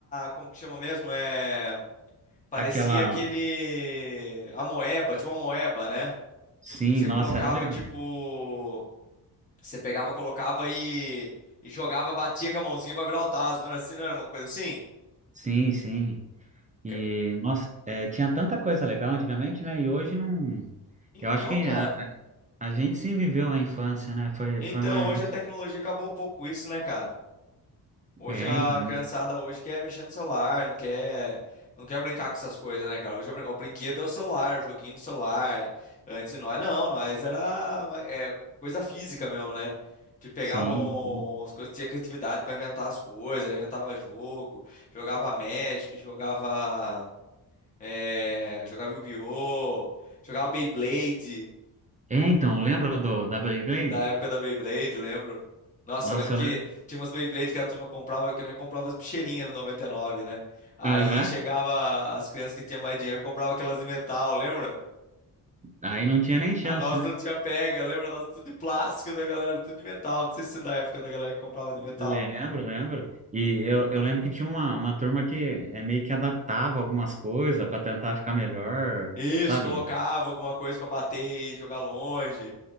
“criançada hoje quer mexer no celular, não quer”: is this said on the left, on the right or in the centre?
Left